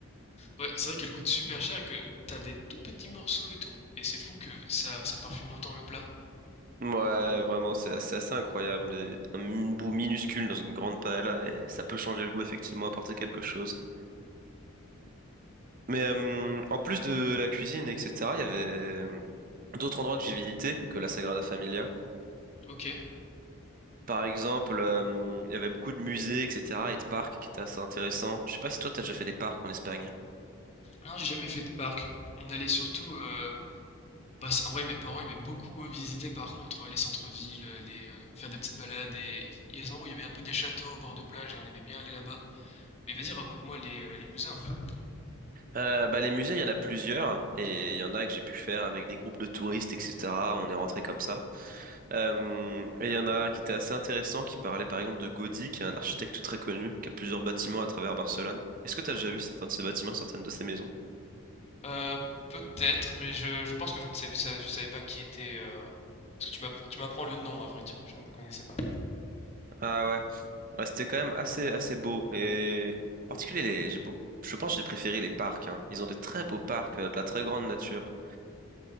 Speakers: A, on the left; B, on the right.
A: Ouais, c'est vrai qu'elle coûte super cher et que t'as des tout petits morceaux et tout. Et c'est fou que ça ça parfume autant le plat.
B: Ouais, vraiment, c'est c'est assez incroyable. Et Un bout minuscule dans une grande paella, et ça peut changer le goût, effectivement, apporter quelque chose. Mais euh, en plus de la cuisine, etc., il y avait euh, d'autres endroits que j'ai visités que la Sagrada Familia.
A: Ok.
B: Par exemple, euh, il y avait beaucoup de musées, etc., et de parcs qui étaient assez intéressants. Je sais pas si toi, t'as déjà fait des parcs en Espagne.
A: Non, j'ai jamais fait de parc. On allait surtout euh, Bah, en vrai, mes parents aimaient beaucoup euh, visiter par contre euh, les centres-villes, euh, les, euh, faire des petites balades et il y a des endroits où il y avait un peu des châteaux au bord de plage et on aimait bien aller là-bas. Mais vas-y, raconte-moi les, euh, les musées un peu.
B: Euh, bah, les musées, il y en a plusieurs, et il y en a que j'ai pu faire avec des groupes de touristes, etc. On est rentré comme ça. Euh, et il y en a qui étaient assez intéressants, qui parlaient par exemple de Gaudí, qui est un architecte très connu, qui a plusieurs bâtiments à travers Barcelone. Est-ce que t'as déjà vu certains de ces bâtiments, certaines de ces maisons?
A: Euh, peut-être, mais je, je pense que je ne sais, ça- je savais pas qui était. euh, Parce que tu m'apprends, tu m'apprends le nom à vrai dire, je ne le connaissais pas.
B: Ah ouais. Ouais, c'était quand même assez, assez beau. Et en particulier, les, j'ai beau- je pense que j'ai préféré les parcs. hein. Ils ont des très beaux parcs, euh, de la très grande nature.